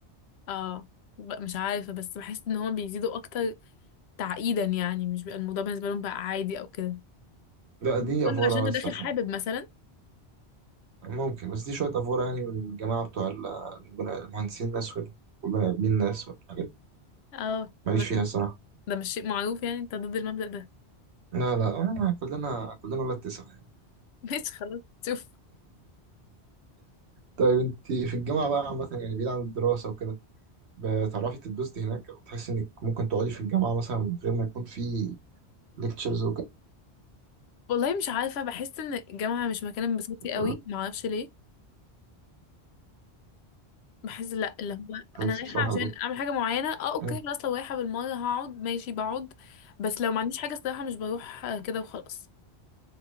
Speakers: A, on the left; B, on the right.
A: اه ب- مش عارفة بس بحس ان هما بيزيدوا اكتر تعقيدا يعني مش بيبقى الموضوع بالنسبة لهم بقى عادي او كده
B: لا دي
A: كنت
B: افوره
A: عشان انت
B: بس
A: داخل
B: عشان
A: حابب مثلا
B: ممكن بس دي شويه افوره يعني من الجماعه بتوع ال- البنا- المهندسين الناس وال- والبني ادمين الناس والحاجات دي
A: اه
B: ماليش
A: ب-
B: فيها الصراحه
A: ده مش شيء معروف يعني انت ضد المبدأ ده
B: لا لا آه كلنا كلنا ولاد تسعه يعني
A: <laughs> ماشي خلاص شوف
B: طيب انت في الجامعه بقى عامه يعني بعيد عن الدراسه وكده بتعرفي تتبسطي هناك او تحسي انك ممكن تقعدي في الجامعه مثلا من غير ما يكون في ليكتشرز وكده
A: والله مش عارفة بحس ان الجامعة مش مكان انبساطي قوي
B: ولا
A: معرفش ليه بحس لا اللي هو
B: خليكي
A: انا رايحة
B: بتروحي
A: عشان
B: على طول
A: اعمل حاجة معينة اه اوكي
B: مم.
A: خلاص لو رايحة بالمرة هقعد ماشي بقعد بس لو ما عنديش حاجة الصراحة مش بروح آه، كده وخلاص